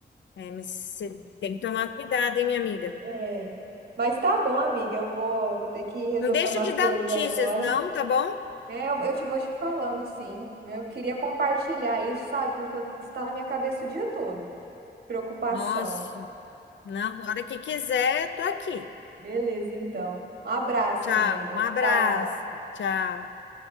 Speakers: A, on the left; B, on the right.
A: É, mas você tem que tomar cuidado, hein, minha amiga?
B: É. Mas tá bom, amiga, eu vou, vou ter que resolver
A: Não deixa
B: umas
A: de
B: coisas
A: dar notícias,
B: agora.
A: não, tá bom?
B: É, eu, eu te vou te falando, sim. Eu queria compartilhar isso, sabe? Porque eu- está na minha cabeça o dia todo. Preocupação.
A: Nossa, na hora que quiser, tô aqui.
B: Beleza, então. Um abraço,
A: Tchau,
B: amiga.
A: um abraço,
B: Tchau.
A: tchau.